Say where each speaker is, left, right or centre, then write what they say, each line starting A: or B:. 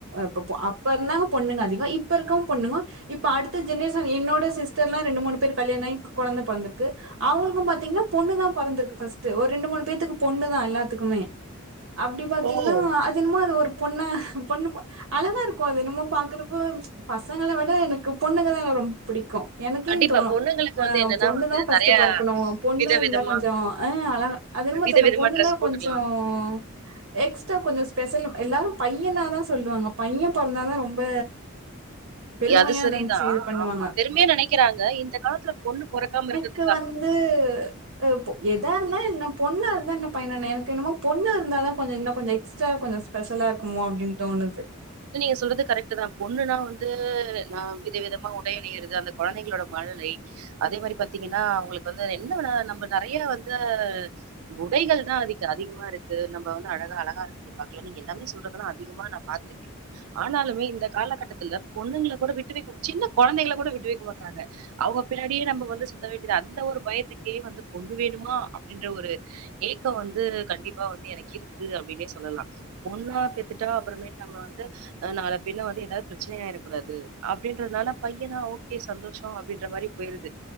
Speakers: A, on the right (about 60°); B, on the right (about 80°).
A: இப்ப அப்ப இருந்தாங்க பொண்ணுங்க அதிகோ இப்ப இருக்கவு பொண்ணுங்க இப்ப அடுத்த ஜென்ரேஷன் என்னோட சிஸ்டர்ல்லா ரெண்டு மூணு பேர் கல்யாணம் ஆகி கொழந்த பொறந்துருக்கு அவங்களுக்கு பாத்தீங்கன்னா பொண்ணு தா பொறந்திருக்கு ஃபஸ்ட்டு ஒரு ரெண்டு மூணு பேத்துக்கு பொண்ணு தா எல்லாத்துக்குமே அப்டி பாத்தீங்கன்னா
B: ஓ!
A: தின்னமோ அது ஒரு பொண்ணா பொண்ணு பாத் அழகா இருக்கு அது என்னமோ பாக்குறப்ப பசங்கள விட எனக்கு பொண்ணுங்கதா எனக்கு ரொம் புடிக்கு எனக்கே
B: கண்டிப்பா
A: தோணு
B: பொண்ணுங்களுக்கு
A: ஆ
B: வந்து என்னன்னா
A: பொண்ணு
B: வந்து
A: தா ஃபர்ஸ்ட்டு
B: நெறைய
A: பொறக்கணு பொண்ணு
B: விதவிதமா
A: இருந்தா கொஞ்சோ ஆ அழகா அது என்னமோ
B: விதவிதமா
A: தெர்ல பொண்ணுன்னா
B: ட்ரெஸ் போட்டுக்கலாம்.
A: கொஞ்சோ ம் எக்ஸ்டா கொஞ்சோ ஸ்பெஷல் எல்லாரு பையனாதா சொல்லுவாங்க பைய பொறந்தாதா ரொம்ப பெருமையா
B: அது சரிதா
A: நெனச்சு இது பண்ணுவாங்க
B: ஆமா பெருமையா நெனைக்கிறாங்க இந்த காலத்துல பொண்ணு பொறக்காம இருக்கிறது
A: க்கு வந்து அ பொ எதா இருந்தா என்ன பொண்ணா இருந்தா என்ன பையனா எனக்கு என்னமோ பொண்ணு இருந்தா தா கொஞ்சோ இன்னு கொஞ்சோ எக்ஸ்ட்ரா கொஞ்சோ ஸ்பெஷலா இருக்குமோ அப்டின்னு தோணுது
B: நீங்க சொல்றது கரெக்ட் தா பொண்ணுன்னா வந்து நா வித விதமா உடை அணையிறது அந்த கொழந்தைங்களோட மழலை அதே மாரி பாத்தீங்கன்னா அவுங்களுக்கு வந்து என்னான நம்ப நெறையா வந்து உடைகள் தா அதிக அதிகமா இருக்கு நம்ப வந்து அழகா அழங்காரம் பாக்கலா நீங்க எல்லாமே சொல்றதெல்லா அதிகமா நா பாத்திருக்கே ஆனாலுமே இந்த காலகட்டத்துல பொண்ணுங்கள கூட விட்டு வைக்க சின்ன குழந்தைங்கள கூட விட்டு வைக்க மாட்றாங்க அவுங்க பின்னாடியே நம்ப வந்து சுத்த வேண்டியது அந்த ஒரு பயத்துக்கே வந்து பொண்ணு வேணுமா அப்டின்ற ஒரு ஏக்கம் வந்து கண்டிப்பா வந்து எனக்கு இருக்கு அப்டின்னே சொல்லலா பொண்ணா பெத்துட்டா அப்புறமே நம்ப வந்து ஆ நால பிண்ண வந்து ஏதாவது பிரச்சனையாயிரக் கூடாது அப்டின்றதுனால பையனா ஓகே சந்தோஷோ அப்டின்ற மாரி போயிருது